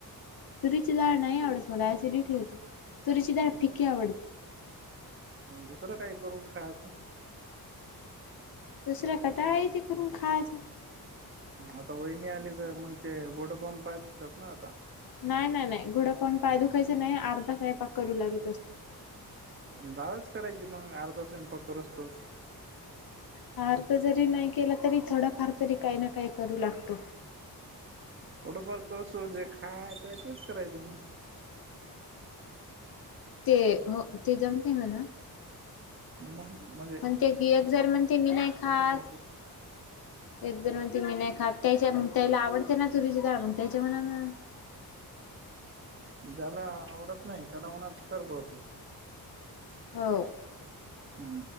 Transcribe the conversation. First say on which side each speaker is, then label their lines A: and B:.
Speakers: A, on the left; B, on the right.
A: तुरीची डाळ नाही आवडत मला ऍसिडिटी होते तुरीची डाळ फिक्की आवडते.
B: दुसरं काही करून खायचं.
A: दुसऱ्या कटाळा तेे करून खायचा.
B: आता वहिनी आली तर मग ते घोडं पाहून पाय दुखतात ना आता.
A: नाही नाही नाही घोडपाहुन पाय दुखायच नाही अर्ध सैपाक पाक करू लागत असतो.
B: दालच करायची मग अर्धा स्वयंपाक करूस पर्यंत.
A: फार तर जरी नाही केला तरी थोडाफार तरी काही ना काही करू लागतो.
B: थोडंफार करसोतर जे खायाचे आहे तेच करायचं मग.
A: ते हो ते जमते मणा.
B: आणि मग मग.
A: म्हण तेयक जर म्हणते मी नाही खास.
B: खाऊ वाटत
A: एकदर मग ती मी नाही खात त्याच्याग त्याला आवडते ना तुरीचे ड मग त्याच्या मना ना.
B: ज्याला आवडत नाही त्याला म्हणाच कर बघ.
A: होव.
B: हम.